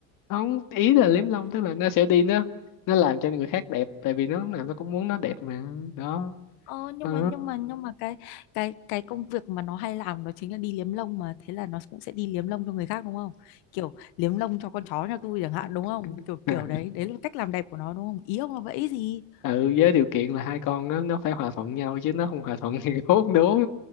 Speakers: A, on the left; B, on the left.
A: không ý là liếm lông tức là nó sẽ đi nó nó làm cho người khác đẹp tại vì nó lúc nào nó cũng muốn nó đẹp mà đó
B: Ờ, nhưng
A: ừ.
B: mà nhưng mà nhưng mà cái cái cái công việc mà nó hay làm đó chính là đi liếm lông mà thế là nó cũng sẽ đi liếm lông cho người khác đúng không kiểu liếm lông cho con chó nhà tôi chẳng hạn đúng
A: <laughs>
B: không kiểu kiểu đấy đấy là cách làm đẹp của nó đúng không ý ông là vậy gì
A: ừ với điều kiện là hai con nó nó phải hòa thuận nhau chứ nó không hòa thuận thì <laughs> đố đố